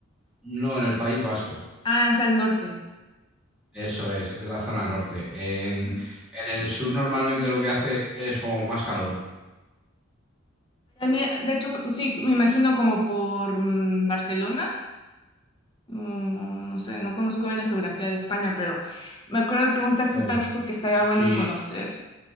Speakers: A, in the centre; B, on the left (about 25°).
A: No, en el País Vasco.
B: Ah, es al norte.
A: Eso es, en la zona norte. En,
B: Ujú.
A: en el sur normalmente lo que hace es como más calor.
B: También, de hecho, sí, me imagino como por mm, Barcelona. Mm, no sé, no conozco bien la geografía de España, pero me acuerdo que un taxista
A: Bueno.
B: me dijo que estaría bueno
A: Si
B: conocer.